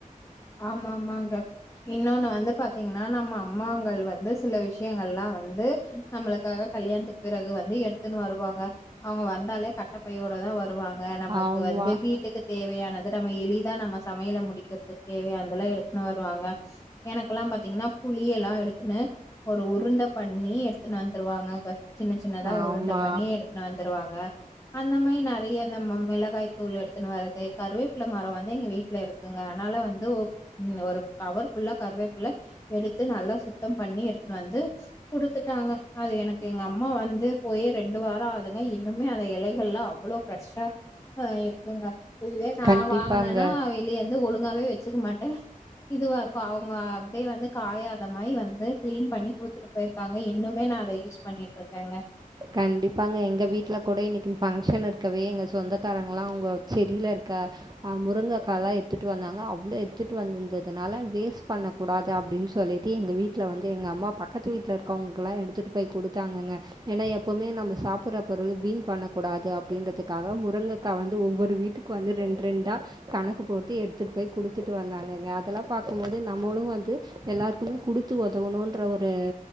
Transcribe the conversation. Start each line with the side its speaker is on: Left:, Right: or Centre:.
Left: ஆமா ஆமாங்க இன்னொன்னு வந்து பாத்தீங்கன்னா நம்ப அம்மாங்கள் வந்து சில விஷயங்கள்லா வந்து நம்மளுக்காக கல்யாணத்துக்கு பிறகு வந்து எடுத்துன்னு வருவாங்க அவங்க வந்தாலே கட்டப்பையோட தா வரு வாங்க நம்ளுக்கு
Right: ஆமாம்
Left: வந்து வீட்டுக்கு தேவையானது நம்ப எளிதா நம்ப சமையல முடிக்கறதுக் தேவையானதெல்லா எடுத்துன்னு வருவாங்க எனக்கெல்லா பாத்தீங்கன்னா புலியெல்லா எடுத்துன்னு ஒரு உருண்ட பண்ணி எடுத்துட்டு வந்துருவாங்க சின்ன சின்னதா
Right: ஆமாம்
Left: உருண்டை பண்ணி எடுத்துன்னு வந்துருவாங்க அந்த மாரி நெறையா இந்த மிளகாய் தூளு எடுத்துன்னு வரது கருவேபிள மரோ வந்து எங்க வீட்ல இருக்குங்க அதனால வந் உ இன்னோ ஒரு கவர் ஃபுல்லா கருவேபிள்ள எடுத்து நல்லா சுத்தம் பண்ணி எடுத்துட்டு வந்து குடுத்துட்டாங்க அது எனக்கு எங்க அம்மா வந்து போய் ரெண்டு வாரோ ஆகுதுங்க இன்னுமே அந்த எலைகள்லா அவ்ளோ ஃப்ரெஷா இருக்குங்க இதுவே நா
Right: கண்டிப்பாங்க
Left: வாங்கனேனா வெளிய வந்து ஒழுங்காவே வச் சிக்க மாட்டே இதுவா இருக்கு அவுங்க அப்டியே வந்து காயாத மாரி வந்து கிளீன் பண்ணி குடுத்துட்டு பொயிருவாங்க இன்னுமே அத யூஸ் பண்ணிட்ருக்கேங்க
Right: கண்டிப்பாங்க எங்க வீட்ல கூட இன்னிக்கு பங்க்ஷன் இருக்கவே எங்க சொந்தக்காரங்கலா அவங்க செடியில இருக் க முருங்கக்காலா எடுத்துட்டு வந்தாங்க அவ்ளோ எடுத்துட்டு வந்ததுனால வேஸ்ட் பண்ணக்கூடாது அப் அப்டின்னு சொல்லிட்டு எங்க வீட்ல வந்து எங்க அம்மா பக்கத்து வீட்ல இருக்கவங்ளுக்குலா எடுத்துட்டு போய் குடுத்தாங்கக ஏனா எப்பவுமே நம்ப சாப்பட்ற பொருள் வீண் பண்ணக்கூடாது அப்டின்றதுக்காக முருங்கக்கா வந்து ஒவ்வொரு வீட்டுக் கு வந்து ரெண் ரெண்ட கணக்கு போட்டு எடுத்துட்டு போய் குடுத்துட்டு வந்தாங்கக அதெல்லா பாக்கும்போது நம்பளு வந்து து எல்லாருக்குமே குடுத்து ஒதவுணுன்ற ஒரு